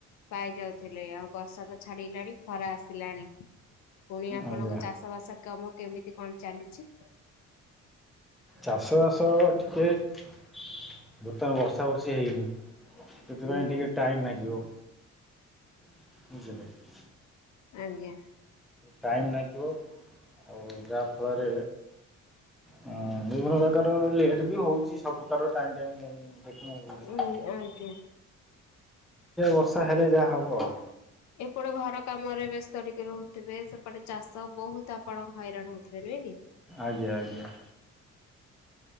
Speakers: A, on the left; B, in the centre.
A: ପାଇଯାଉଥିଲେ ଆଉ ବର୍ଷା ତ ଛାଡଗିଲାଣି ଖରା ଆସିଲାଣି। ପୁଣି ଆପଣଙ୍କ
B: ଆଜ୍ଞା।
A: ଚାଷ ବାସ କାମ କେମିତି କଣ ଚାଲିଛି।
B: ଚାଷବାସ ଟିକେ ବର୍ତ୍ତମାନ ବର୍ଷା ବର୍ଷି ହେଇନି ସେଥିପାଇଁ
A: ଆଜ୍ଞା
B: ଟିକେ ଟାଇମ ନଗିବା। <unintelligible>
A: ଆଜ୍ଞା।
B: ଟାଇମ ନାଗିବ ଆଉ ଯାହାଫଳରେ ହଁ ବିଭିନ୍ନ ପ୍ରକାରର ଲେଟ୍ ବି ହଉଛି ସବୁ ପ୍ରକାର ଟାଇମ୍ ଟାଇମ୍ ନାଇଁ। ଦେଖିବା
A: ଉ ଆଜ୍ଞା
B: ବର୍ଷା ହେଲେ ଯାହା ହବ ଆଉ।
A: ଏପଟେ ଘର କାମରେ ବେସ୍ତ ଟିକେ ରହୁଥିବେ ସେପଟେ ଚାଷ ବହୁତ ଆପଣ ହଇରାଣ ହଉଥିବେ ନୁହେଁ କି?
B: ଆଜ୍ଞା ଆଜ୍ଞା।